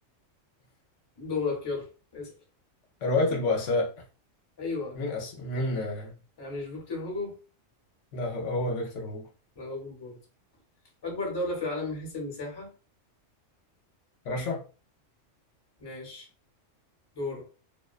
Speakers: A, on the left; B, on the left.
A: دورك يلا اسأل
B: رواية البؤساء
A: أيوه
B: مين أس... مين آه،
A: أنا مش فيكتور هوجو؟
B: لا هو هو فيكتور هوجو
A: أنا هوجو برضه أكبر دولة في العالم من حيث المساحة؟
B: رشا
A: ماشي دورك